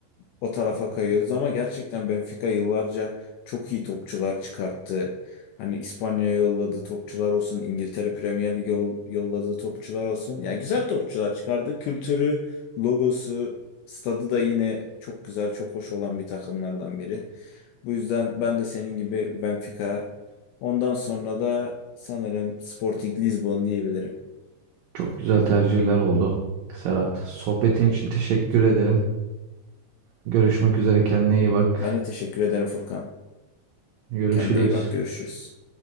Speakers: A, on the left (about 85°); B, on the right (about 80°).
A: o tarafa kayıyoruz ama gerçekten Benfica yıllarca çok iyi topçular çıkarttı. Hani İspanya'ya yolladığı topçular olsun, İngiltere Premier Lig'e yol- yolladığı topçular olsun. Yani güzel topçular çıkardı. Kültürü, logosu, stadı da yine çok güzel, çok hoş olan bir takımlardan biri. Bu yüzden ben de senin gibi Benfica. Ondan sonra da sanırım Sporting Lisbon diyebilirim.
B: Çok güzel tercihler oldu Serhat. Sohbetin için teşekkür ederim. Görüşmek üzere kendine iyi bak.
A: Ben de teşekkür ederim Furkan.
B: Görüşürüz.
A: Kendine iyi bak, görüşürüz.